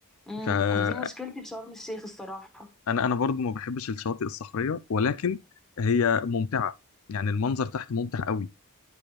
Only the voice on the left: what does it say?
فانا
انا برضو ما بحبش الشواطئ الصخريه ولكن هي ممتعه يعني المنظر تحت ممتع قوي